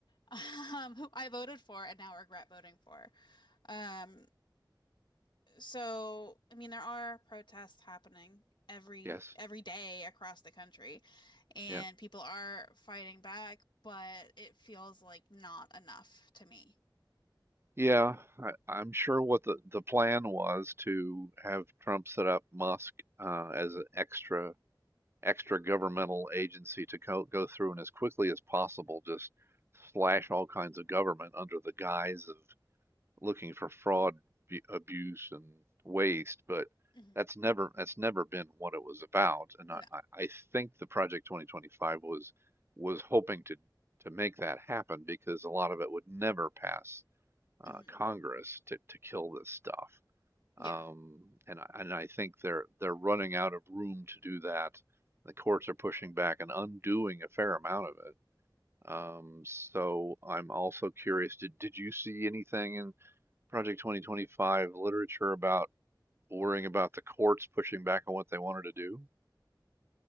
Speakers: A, on the left; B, on the right.
A: um, who I voted for and now regret voting for. Um, so I mean, there are protests happening every
B: yes,
A: every day across the country, and
B: yeah.
A: people are fighting back, but it feels like not enough to me.
B: Yeah, I, I'm sure what the, the plan was to have Trump set up Musk uh, as an extra extra governmental agency to co- go through and as quickly as possible just slash all kinds of government under the guise of looking for fraud, abuse, and waste. But
A: hmm
B: that's never that's never been what it was about. And
A: No.
B: I, I I think the Project 2025 was was hoping to to make that happen because a lot of it would never pass uh,
A: hmm
B: Congress to to kill this stuff.
A: Yeah.
B: Um, and I, and I think they're they're running out of room to do that. The courts are pushing back and undoing a fair amount of it. Um, so I'm also curious, did did you see anything in Project 2025 literature about worrying about the courts pushing back on what they wanted to do?